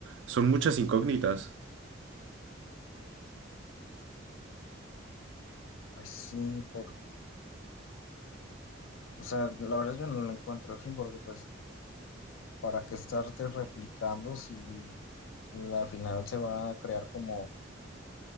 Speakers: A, on the right; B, on the left.
A: son muchas incógnitas.
B: pues sí, porque... O sea, la verdad yo no lo encuentro el fin porque pues, ¿para qué estarte replicando si al final se va a crear como,